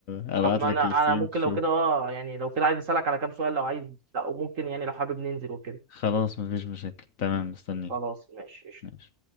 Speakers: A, on the left; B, on the right.
A: ابعت
B: طب ما
A: لك
B: انا
A: الستريم
B: انا ممكن
A: تشوف
B: لو كده اه يعني لو كده عايز اسالك على كام سؤال لو عايز لا ممكن يعني لو حابب ننزل وكده
A: خلاص مفيش مشاكل تمام مستنيك
B: خلاص ماشي قشطة.
A: ماشي